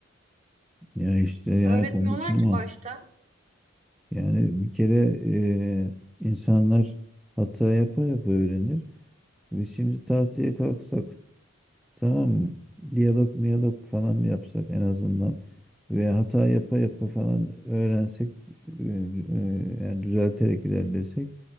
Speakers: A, in the centre; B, on the right.
A: Ya işte yani
B: Öğretmiyorlar
A: konuşma
B: ki başta.
A: Yani bir kere e, insanlar hata yapa yapa öğrenir. Biz şimdi tahtaya kalksak Tamam mı? Diyalog miyalog falan mı yapsak en azından ve hata yapa yapa falan öğrensek e, e, yani düzelterek ilerlesek